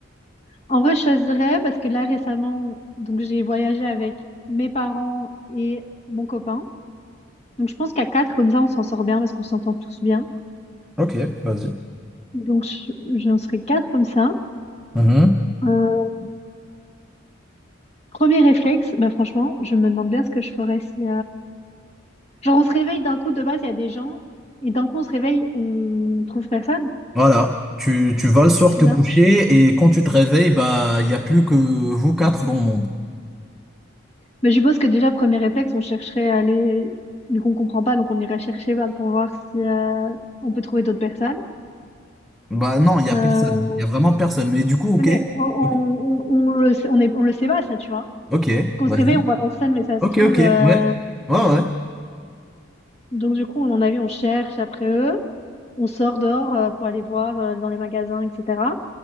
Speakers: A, on the left; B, in the centre.
A: en vrai, je choisirais parce que là, récemment, donc j'ai voyagé avec mes parents et mon copain. Donc je pense qu'à quatre, comme ça, on s'en sort bien parce qu'on s'entend tous bien.
B: Ok, vas-y.
A: Donc je- j'en serais quatre comme ça.
B: Mhm.
A: Euh, premier réflexe, bah franchement, je me demande bien ce que je ferais si, Genre, on se réveille d'un coup, de base, il y a des gens, et d'un coup, on se réveille, on trouve personne,
B: Voilà. Tu, tu vas le soir
A: c'est
B: te
A: ça?
B: coucher et quand tu te réveilles, bah, il n'y a plus que vous quatre dans le monde.
A: Mais je suppose que déjà, premier réflexe, on chercherait à aller, mais qu'on comprend pas, donc on irait chercher bah, pour voir si euh, on peut trouver d'autres personnes.
B: Bah non, il n'y a
A: Euh,
B: personne. Il n'y a vraiment personne. Mais du coup, ok.
A: mais on, on,
B: Ok,
A: on, on le sait, on est, on le sait pas, ça, tu vois.
B: Ok,
A: Qu'on
B: vas-y.
A: se réveille, on voit personne, mais ça
B: Ok,
A: se trouve.
B: ok,
A: euh,
B: ouais. Ouais, ouais.
A: Donc, du coup, à mon avis, on cherche après eux, on sort dehors euh, pour aller voir euh, dans les magasins, etc.